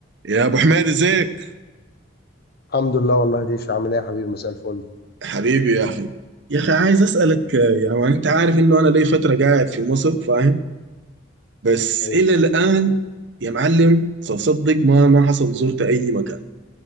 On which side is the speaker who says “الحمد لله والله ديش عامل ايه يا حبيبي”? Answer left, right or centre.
Left